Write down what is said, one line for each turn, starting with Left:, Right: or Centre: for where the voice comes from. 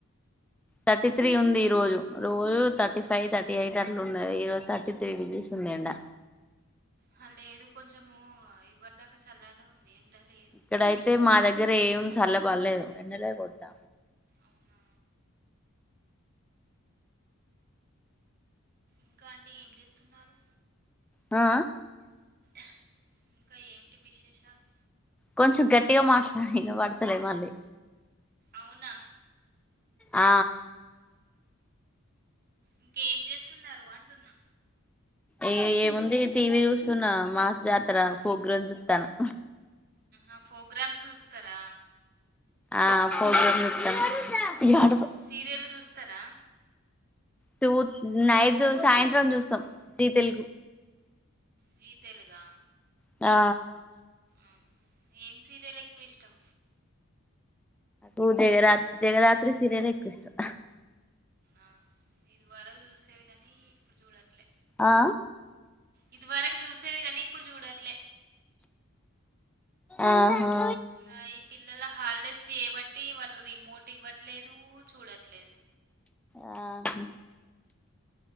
Centre: థర్టీ త్రీ ఉంది ఈ రోజు రోజు థర్టీ ఫైవ్ థర్టీ ఎయిట్ అ ట్లా ఉన్నయి ఈరోజు థర్టీ త్రీ డిగ్రీస్ ఉంది ఎండా
Right: హా లేదు కొంచము ఇవ్వరి దాకా చల్లనే ఉంది ఎండ లేదు
Centre: ఇక్కడైతే మా
Right: అయితే
Centre: దగ్గర ఏం చల్లబడలేదు ఎండాలే కొడాతా
Right: అవునా ఇంకా అండి ఏం చేస్తున్నారు
Centre: ఆ
Right: ఇంకా ఏమిటి విశేషాలు
Centre: కొంచెం గట్టిగా మాట్లాడిన వినపడతలే మళ్ళీ
Right: అవునా
Centre: ఆ
Right: ఇంకేం చేస్తున్నారు అంటున్నా
Centre: ఏ ఏముంది టీవీ యుస్తున్నా మాస్ జాతర పోగ్రాం జూత్తన్నాం
Right: ఆ ప్రోగ్రామ్స్ చూస్తారా
Centre: ఆ ఫోగ్రామ్ జూత్తన్న ఇగ నడువు
Right: సీరియళ్ల్ జుస్తారా
Centre: టూత్ నైటు సాయంత్రం చూస్తాం జి తెలుగు
Right: జీ తెలుగా
Centre: ఆ
Right: ఆ ఏం సీరియల్ ఎక్కువ ఇష్టం
Centre: ఊ జగరా జగదాత్రి సీరియాలే ఎక్కువ ఇష్టం
Right: ఆ ఇది వరకు చూసేది కానీ ఇప్పుడు చూడట్లే
Centre: ఆ
Right: ఇది వరకు చూసేది కాని ఇప్పుడు చూడట్లే
Centre: ఆహా
Right: ఇంగ ఈ పిల్లల హాలిడేస్ చేయబట్టి వాళ్ళు రిమోట్ ఇవ్వట్లేదు చూడట్లేదు
Centre: ఆహా